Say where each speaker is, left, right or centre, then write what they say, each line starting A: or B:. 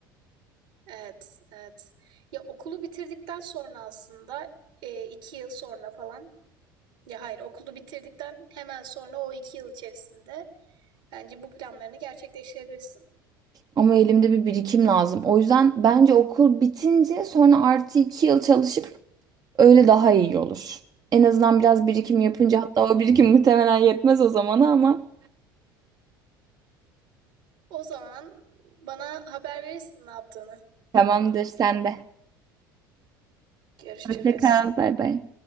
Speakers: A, on the right; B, on the right.
A: evet evet. Ya okulu bitirdikten sonra aslında e, iki yıl sonra falan. Ya hayır okulu bitirdikten hemen sonra o iki yıl içerisinde bence bu planlarını gerçekleştirebilirsin.
B: Ama elimde bir birikim lazım. O yüzden bence okul bitince sonra artı iki yıl çalışıp Öyle daha iyi olur. En azından biraz birikim yapınca hatta o birikim muhtemelen yetmez o zamana ama
A: O zaman bana haber verirsin ne yaptığını.
B: tamamdır sen de.
A: Görüşürüz.
B: Hoşça kal. Bay bay.